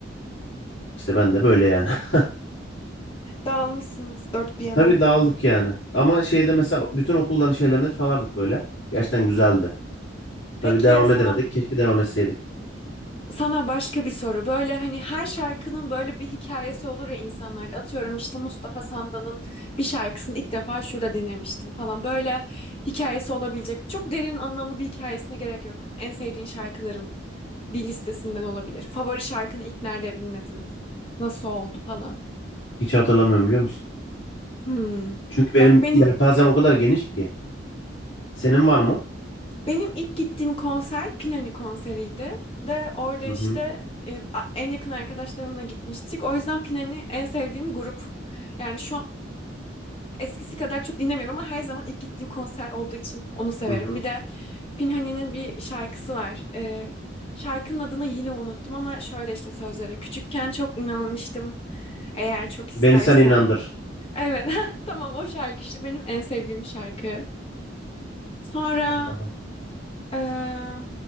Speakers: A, on the left (about 65°); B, on the left (about 30°).
A: İşte ben de böyle yani. <laughs>
B: Dağılmışsınız dört bir yana.
A: Tabii dağıldık yani. Ama şeyde mesela bütün okulların şeylerinde çalardık böyle. Gerçekten güzeldi. Tabii
B: Peki
A: devam
B: sana
A: edemedik. Keşke devam etseydik.
B: sana başka bir soru. Böyle hani her şarkının böyle bir hikayesi olur ya insanlarda. Atıyorum işte Mustafa Sandal'ın bir şarkısını ilk defa şurada dinlemiştim falan. Böyle hikayesi olabilecek. Çok derin anlamlı bir hikayesine gerek yok. En sevdiğin şarkıların bir listesinden olabilir. Favori şarkını ilk nerede dinledin? Nasıl oldu falan.
A: Hiç hatırlamıyorum biliyor musun?
B: Hmm.
A: Çünkü benim
B: Bak benim
A: yelpazem o kadar geniş ki. Senin var mı?
B: Benim ilk gittiğim konser Pinani konseriydi ve orada
A: Hı
B: işte
A: hı.
B: e, a- en yakın arkadaşlarımla gitmiştik. O yüzden Pinani en sevdiğim grup. Yani şu an eskisi kadar çok dinlemiyorum ama her zaman ilk gittiğim konser olduğu için onu severim.
A: Hı hı.
B: Bir de Pinhani'nin bir şarkısı var. E, şarkının adını yine unuttum ama şöyle işte sözleri. Küçükken çok inanmıştım. Eğer çok istersen.
A: Beni sen inandır.
B: Evet, <laughs> tamam o şarkı işte benim en sevdiğim şarkı. Sonra
A: <laughs> Anladım.
B: Ee,